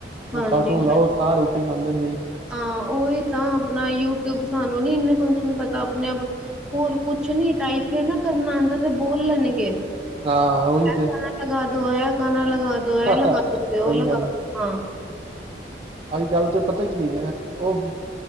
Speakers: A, on the right (about 30°); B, in the centre.
A: ਉਹ
B: ਹਾਂਜੀ
A: ਕਾਰਟੂਨ ਲਾਓ ਤਾਂ ਰੋਟੀ ਖਾਂਦੇ ਨੇ ਵੇਖ ਕੇ
B: ਹਾਂ ਉਹੀ ਤਾਂ ਆਪਣਾ ਯੂਟਿਊਬ ਸਾਨੂੰ ਨੀ ਇਨੇ ਫੰਕਸ਼ਨ ਪਤਾ ਆਪਣੇ ਆਪ ਹੋਰ ਕੁੱਛ ਨੀ ਟਾਈਪ ਨਾ ਕਰਨਾ ਆਉਂਦਾ ਤੇ ਬੋਲ ਲੈਣਗੇ ਇਹ
A: ਹਾਂ ਉਹੀ ਤੇ
B: ਗਾਣਾ ਲਗਾ ਦੋ ਇਹ ਗਾਣਾ ਲਗਾ ਦੋ
A: ਸਹੀ
B: ਇਹ ਲਗਾ ਦੋ ਉਹ ਲਗਾ
A: ਗੱਲ
B: ਦੋ ਹਾਂ
A: ਅੱਜ ਕੱਲ, ਤੇ ਪਤਾ ਕੀ ਐਗਾ, ਓ